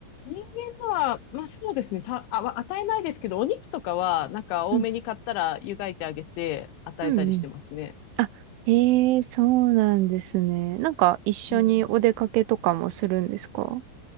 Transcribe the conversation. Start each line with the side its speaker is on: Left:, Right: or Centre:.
Left: 人間のは、まあそうですね。た、あ、わ与えないですけど、お肉とかは、なんか多めに買ったら湯がいてあげて与えたりしてますね。
Right: うん。うんうん。あ、えー、そうなんですね。なんか、一緒にお出かけとかもするんですか
Left: うん。